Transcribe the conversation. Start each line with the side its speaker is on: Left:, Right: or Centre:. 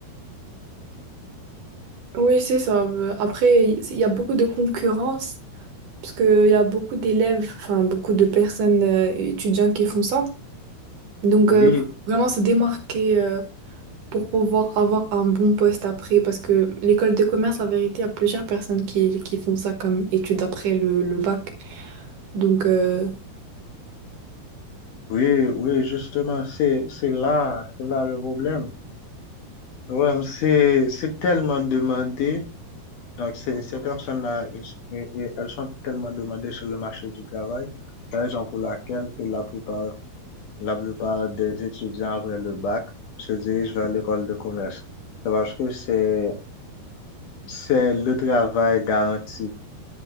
Right: oui, c'est ça. Euh, Après, il il y a beaucoup de concurrence. Parce qu'il y a beaucoup d'élèves, enfin beaucoup de personnes euh, étudiants qui font ça. Donc,
Left: Oui,
Right: euh, faut vraiment se démarquer euh, pour pouvoir avoir un bon poste après. Parce que l'école de commerce, la vérité, il y a plusieurs personnes qui, qui font ça comme études après le, le bac. Donc, euh,
Left: oui, oui, justement, c'est, c'est là, c'est là le problème. Le problème, c'est, c'est tellement demandé. Donc, ces, ces personnes-là, ils- et- et elles sont tellement demandées sur le marché du travail, raison pour laquelle que la plupart, la plupart des étudiants après le bac se dirigent vers l'école de commerce. C'est parce que c'est, c'est le travail garanti.